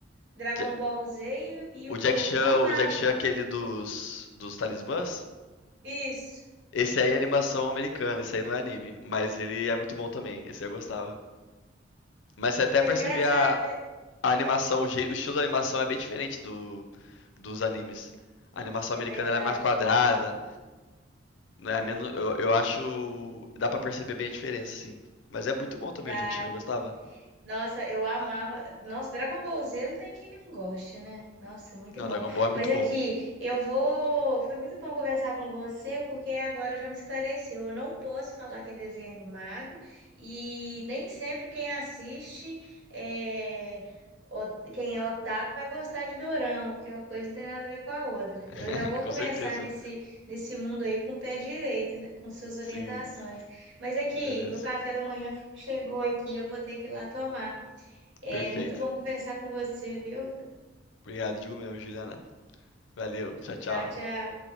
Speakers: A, on the right (about 80°); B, on the left (about 85°).
A: Dragon
B: Ja-
A: Ball Z e e Yu-Gi-Oh!
B: O Jack Chan,
A: Amava.
B: o Jack Chan é aquele dos. dos talismãs.
A: Isso.
B: Esse aí é animação americana, esse aí não é anime, mas ele é muito bom também, esse aí eu gostava. Mas você até
A: Mas
B: perceber
A: engraçado,
B: a, a animação, o, jeito, o estilo da animação é bem diferente do, dos animes. A animação
A: é
B: americana
A: verdade.
B: ela é mais quadrada, não é menos, eu, eu acho, dá pra perceber bem a diferença, sim. Mas é muito bom também
A: Da
B: o Jack Chan, eu gostava.
A: Nossa, eu amava. Nossa, Dragon Ball Z não tem quem não goste, né? Nossa, é muito
B: Não,
A: bom.
B: Dragon Ball é muito
A: Mas aqui,
B: bom.
A: eu vou. Foi muito bom conversar com você, porque agora já me esclareceu. Eu não posso falar que é desenho animado, e nem sempre quem assiste é. o- Quem é otaku vai gostar de dorama, porque uma coisa não tem nada a ver com a outra.
B: <laughs>
A: Eu já vou
B: Com
A: começar
B: certeza.
A: nesse, nesse mundo aí com o pé direito, com suas orientações.
B: Sim,
A: Mas aqui,
B: beleza.
A: meu café da manhã. Chegou aqui, eu vou ter que ir lá tomar. É
B: Perfeito.
A: muito bom conversar com você, viu?
B: Obrigado, digo mesmo, Juliana. Valeu, tchau, tchau.
A: Tchau, tchau.